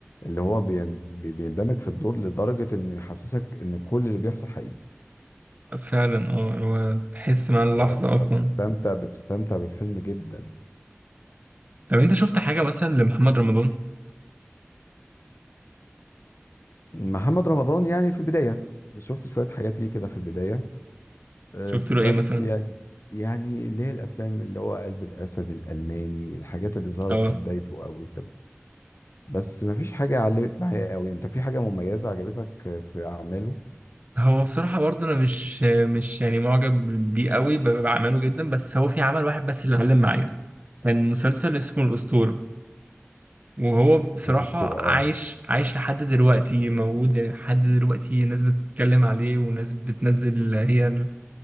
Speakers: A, on the left (about 70°); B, on the right (about 35°).
A: اللي هو بي- بي- بيندمج في الدور لدرجة انه يحسسك ان كل اللي بيحصل حقيقي
B: <laughs> فعلا اه هو تحس مع اللحظة
A: ف-
B: اصلا
A: فبتستمتع بتستمتع بالفيلم جدا
B: طب انت شفت حاجة مثلا لمحمد رمضان
A: محمد رمضان يعني في البداية شفت شوية حاجات ليه كده في البداية أه،
B: شفت
A: بس
B: له ايه مثلا
A: يعني يعني اللي هي الافلام اللي هو قلب الاسد الالماني الحاجات اللي ظهرت
B: اه
A: في بدايته قوي كده بس مفيش حاجة علمت معايا قوي انت في حاجة مميزة عجبتك في اعماله
B: هو بصراحة برضه أنا مش مش يعني معجب بيه قوي ب- بعمله جدا بس هو في عمل واحد بس اللي علم معايا كان مسلسل اسمه الأسطورة وهو بصراحة
A: الاسطورة
B: عايش
A: اه
B: عايش لحد دلوقتي موجود يعني لحد دلوقتي ناس بتتكلم عليه وناس بتنزل هي ال-